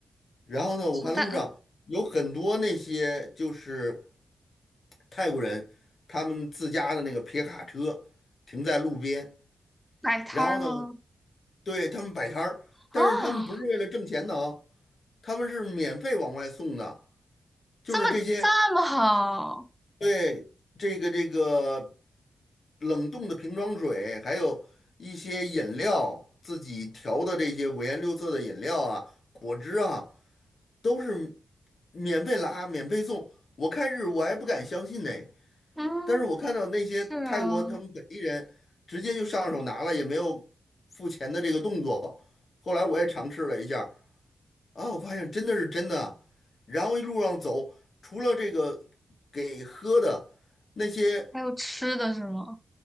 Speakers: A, on the left (about 60°); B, in the centre.
A: 然后呢，我看路上有很多那些就是
B: 什么蛋
A: 泰国人，他们自家的那个皮卡车停在路边，
B: 摆摊儿吗？
A: 然后呢，对他们摆摊儿，
B: 啊，
A: 但是他们不是为了挣钱的啊，他们是免费往外送的，就是这些，
B: 这么这么好，
A: 对，这个这个冷冻的瓶装水，还有一些饮料，自己调的这些五颜六色的饮料啊、果汁啊，都是免费拿，免费送。我开始我还不敢相信呢，
B: 嗯，
A: 但是我看到那些泰国他们本地人直接就上手拿了，
B: 是啊，
A: 也没有付钱的这个动作。后来我也尝试了一下，啊，我发现真的是真的啊。然后一路上走，除了这个给喝的那些
B: 还有吃的是吗？